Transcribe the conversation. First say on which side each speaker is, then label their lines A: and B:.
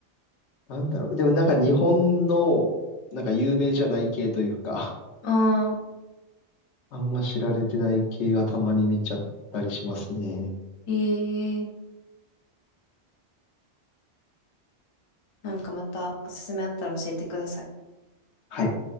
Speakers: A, on the left; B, on the left.
A: なんだろう。でもなんか日本の、なんか有名じゃない系というか。
B: あ
A: あんま知られてない系はたまに見ちゃったりしますね。
B: ー、ええー、なんかまたおすすめあったら教えてください。
A: はい。